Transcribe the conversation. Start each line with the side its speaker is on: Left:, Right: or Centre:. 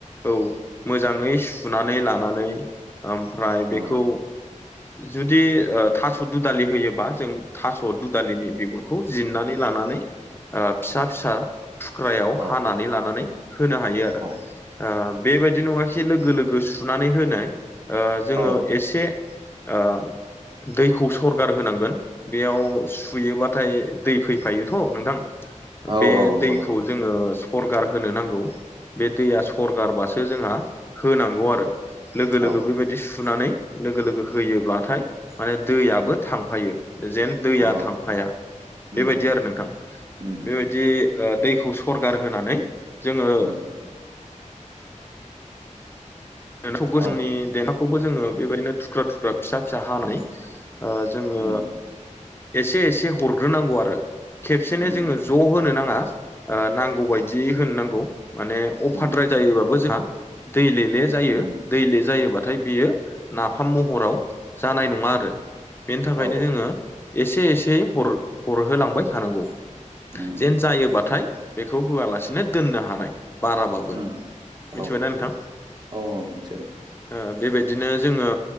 Left: औ मोजाङै सुनानै लानानै ओमफ्राय बेखौ
Right: औ
Left: जुदि थास' दुदालि होयोबा जों थास' दुदालिनि बिगुरखौ जिरनानै ला नानै फिसा-फिसा थुख्रायाव
Right: औ
Left: हानानै लानानै होनो हायो आरो
Right: औ
Left: बेबायदि नङा एसे लोगो लोगो सुनानै होनाय ओ जोङो
Right: औ
Left: एसे ओ दैखौ सरगार होनांगोन बेयाव सुयोबाथाय दै फैफायोथ' नोंथां।
Right: औ
Left: बे
Right: औ नंगौ
Left: दैखौ
Right: नंगौ
Left: जोङो सरगार होनो नांगौ। बे दैया सरगारबासो जोंहा होनांगौ आरो लोगो लोगो
Right: औ
Left: बेबायदि सुनानै लोगो लोगो होयोब्लाथाय माने दैयाबो थांफायो। जेन दैया
Right: औ
Left: थांफाया
Right: उम
Left: बेबायदि
Right: उम
Left: आरो नोंथां
Right: उम
Left: बेबायदि ओ दैखौ सरगार होनानै जोङो
Right: उम
Left: <inaudible> गोसोमनि
Right: औ उम
Left: देनाखौबो जोङो बेबायदिनो थुख्रा थुख्रा फिसा फिसा हानाय ओ जोङो
Right: उम
Left: एसे एसे हरग्रोनांगौ आरो खेबसेनो
Right: उम
Left: जोङो ज' होनो नाङा। ओ नांगौ बायदि होनो नांगौ माने अफाद्राय
Right: उम
Left: जायोबाबो जोंहा दैलेले जायो,
Right: उम
Left: दैले जायोबाथाय बेयो नाफाम महराव जानाय नङा आरो। बेनि थाखायनो
Right: औ
Left: जोङो एसे एसेयै हरहोलांबाय थानांगौ।
Right: उम
Left: जेन जायोबाथाय बेखौ होआलासिनो दोननो हानाय बाराबाबो
Right: उम
Left: मिथिबायना
Right: औ
Left: नोंथां?
Right: औ मिथिबाय
Left: ओ बेबायदि नो जोङो